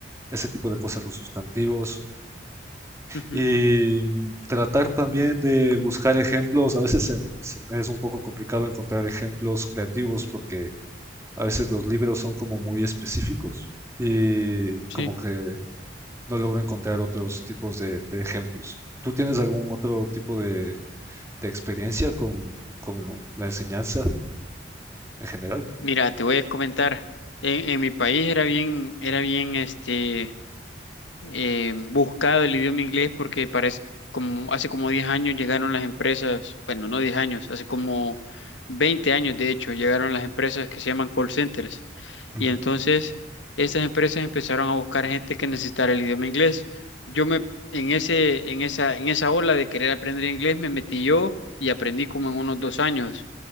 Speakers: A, on the right (about 15°); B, on the left (about 80°).
A: ese tipo de cosas, los sustantivos.
B: ujú,
A: Y mm, tratar también de buscar ejemplos. A veces se- se es un poco complicado encontrar ejemplos creativos porque a veces los libros son como muy específicos y
B: Sí.
A: como que no logro encontrar otros tipos de, de ejemplos. ¿Tú tienes algún otro tipo de, de experiencia con, con la enseñanza en general?
B: Mira, te voy a comentar. En, en mi país era bien, era bien, este. eh, buscado el idioma inglés porque parece como hace como 10 años llegaron las empresas, bueno, no 10 años, hace como 20 años de hecho, llegaron las empresas que se llaman call centers.
A: Ujú,
B: Y entonces estas empresas empezaron a buscar gente que necesitara el idioma inglés. Yo me en ese en esa en esa ola de querer aprender inglés me metí yo y aprendí como en unos dos años.